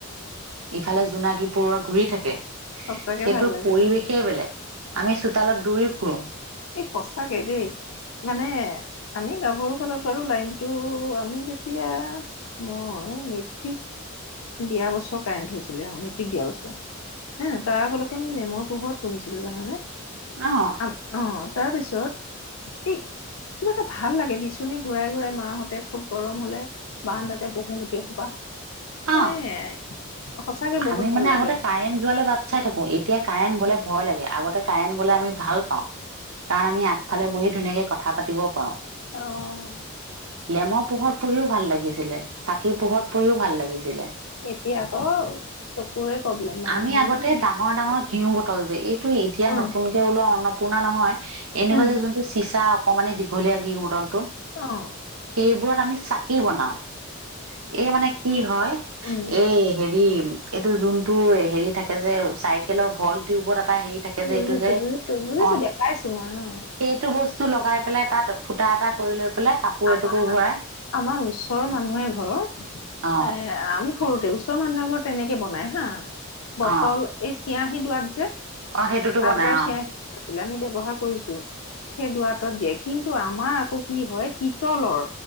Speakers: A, on the right; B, on the left.
A: ইফালে জোনাকী পৰুৱা ঘূৰি থাকে
B: সঁচাকে
A: সেইটোৰ
B: ভাল লাগে
A: পৰিৱেশেই বেলেগ, আমি চোতালত দৌৰি ফুৰো।
B: এই সঁচাকে দেই। মানে আমি গাভৰু কালত বাৰু লাইনটো, আমি যেতিয়া মই মেট্ৰিক, দিয়া বছৰ কাৰেণ্ট হৈছিলে অ', মেট্ৰিক দিয়া বছৰ। নাই-নাই তাৰ আগলৈকে আমি লেমৰ পোহৰত পঢ়িছিলো, জানানে?
A: অ'।
B: আম অ', তাৰপিছত এই কিবা এটা ভাল লাগে বিচনী ঘূৰাই ঘূৰাই মাহঁতে খুব গৰম হ'লে বাৰন্দাতে বহোঁ‌ গোটেই সোপা,
A: অ
B: মানে সঁচাকে বহুত
A: আমি মানে
B: ভাল লাগে
A: আগতে কাৰেণ্ট যোৱালে বাট চাই থাকো, এতিয়া কাৰেণ্ট গ'লে ভয় লাগে, আগতে কাৰেন্ট গ'লে আমি ভাল পাওঁ, কাৰণ আমি ফালে বহি ধুনীয়াকে কথা পাতিব পাৰোঁ‌।
B: অ'।
A: লেমৰ পোহৰত পঢ়িও ভাল লাগিছিলে, চাকিৰ পোহৰত পঢ়িও ভাল লাগিছিলে।
B: এতিয়া আকৌ, চকুৰে প্ৰব্লেম মানুহৰ
A: আমি আগতে
B: ন
A: ডাঙ ডাঙৰ ডাঙৰ ঘিউ বটল যে এইটো এতিয়া
B: উম,
A: নতুনকে ওলোৱা অন্নপূৰ্ণা নহয়। এনেকুৱা
B: উম,
A: যে যোনটো চিচা অকমানি দীঘলীয়া ঘিউ বতলটো।
B: অ'।
A: সেইবোৰত আমি চাকি বনাও। এই মানে কি হয়,
B: উম,
A: এই হেৰি এইটো যোন টো হেৰি থাকে যে চাইকেলৰ ভল টিউবৰ এটা হেৰি থাকে
B: বুজিছো,
A: যে এইটো যে
B: বুজিছো, বুজিছো
A: অ'
B: দিয়া পাইছো মই অ',
A: সেইটো বস্তু লগাই পেলাই তাত ফুটা এটা কৰি লৈ পেলাই, কাপোৰ
B: আমাৰ
A: এটুকোৰ ভৰাই
B: আমাৰ ওচৰৰ মানুহ এঘৰৰ
A: অ'।
B: এ আমি সৰুতে ওচৰৰ মানুহৰ ঘৰত তেনেকে বনাই হা,
A: অ
B: বটল এই চিয়াঁ‌হী দোৱাত যে।
A: অ সেইটোতো বনাই
B: আগৰ
A: অ
B: চিয়াঁহী আছিলে, আমি ব্যৱহাৰ কৰিছো। সেই দুৱাতত দিয়ে, কিন্তু আমাৰ আকৌ কি হয় পিতলৰ